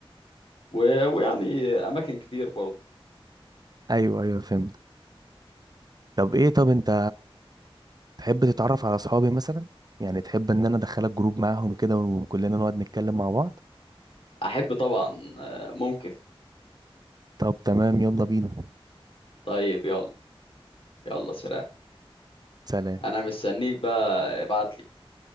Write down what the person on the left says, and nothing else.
و... ويعني أماكن كتير برضه
أحب طبعا آه، ممكن
طيب يلا يلا سلام
أنا مستنيك بقى ابعتلي